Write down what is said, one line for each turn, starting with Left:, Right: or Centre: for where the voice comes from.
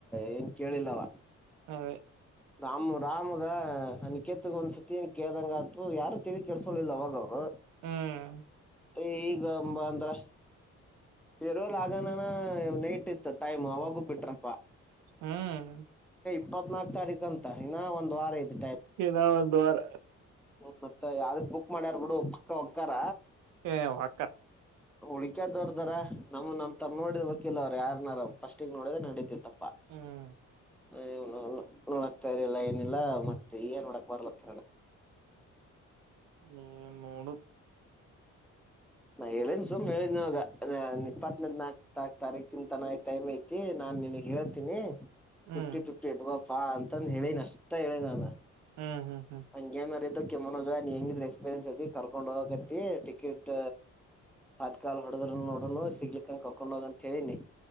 Centre: ಹೆಂಗ ಕೇಳಿಲ್ಲವ
Right: ಹದೇ
Centre: ನಮ್ ರಾಮ್ಗ ಅ ನಿಿಕೇತ್ತಗ ಒಂದ್ಸತಿ ಕೇದಂಗ ಅ ಯಾರು ತಿಿ ಕೆಡಸಳಿಲ್ಲ ಅವಾಗ ಅವ್ರು
Right: ಹ್ಮ್
Centre: ಈಗಂಬ ಅಂದ್ರ ರೋಲ್ ಆಗಾನಾನ ನೈ ಬಿಟ್ಟಿತ್ತು ಟೈಮ್ ಅವಾಗೂ ಬಿಟ್ರಪ್ಪ
Right: ಹ್ಮ್
Centre: ಇಪ್ಪತ್ತು ನಾಲ್ಕು ತಾರೀಕು ಂತ ಇನ್ನ ಒಂದ ವಾರ ಐತಿ
Right: ಏನ ಒಂದು ವಾರ
Centre: ಹ್ಮ ಮತ್ತತ್ ಯಾವ್ದ್ರ ಬುಕ್ ಮಾಡ್ಯಾರ್ ಬಿಡುಕ್ಕ ಹಕ್ಕಾರ
Right: ಹ ವಕ್ಕರ್
Centre: ಹ ಉಳಿಕಕದವ್ರದಾರ ನಮ್ಮ್ ನನ್ ತ ನೋಡಿದ್ ಬಕಿಲ್ ಅವ್ರು ಯಾರನಾರ ಫಸ್ಟಗ್ ನೋಡಿದ್ರೆ ನಡೀತಿ ತಪ್ಪ
Right: ಹ್ಮ್
Centre: ಹೋ <unintelligible> ಸರಿಲ್ಲ ಏನಿಲ್ಲ ಮತ್ತೆ ಏನ್ ಹೊಡಕ್ ಬರ್ಲ ಕಿರಣರಣ
Right: ನೀ ಮೂಡು
Centre: ನಾ ಹೇಳನ್ ಸುಮ್ ಹೇಳಿದವಾಗ ಇಪ್ಪತ್ತನ ನಾಕ ತಾರೀಕಿಂತ ಟೈಮ್ ಐತಿ ನಾನ್ ನಿನ್ಗ್ ಹೇಳ್ತೀನಿ
Right: ಹ್ಮ್
Centre: ಫಿಫ್ಟಿ ಫಿಫ್ಟಿ ಹಾ ಅಂತಂದ ಹೇಳೇನ್ ಅಷ್ಟ ಹೇಳೇ ನಾನನ್
Right: ಹ್ಮ್ ಹ್ಮ್ ಹ್ಮ್
Centre: ಹಂಗೇನರ ಇದ್ರೆ ಮನೋಜ್ ನೀ ಹೆಂಗ್ರ ಎಕ್ಸ್ಪೀರಿನ್ ಅಐ ಕರ್ಕೊಂಡ ಹೋಗ ಟಿಕೆಟ್ ತಾತ್ಕಾಲ ಹೊಡದ್ರ ನೋಡನು ಸಿಗ್ಲಿಕ್ಕಂಗ ಕರ್ಕೊಂಡ ಹೋಗ ಅಂತ ಹೇಳಿನಿ